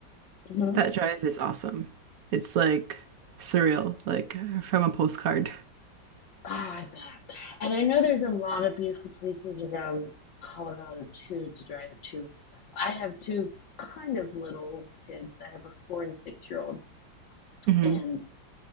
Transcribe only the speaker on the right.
That drive is awesome. It's like surreal, like from a postcard.
hmm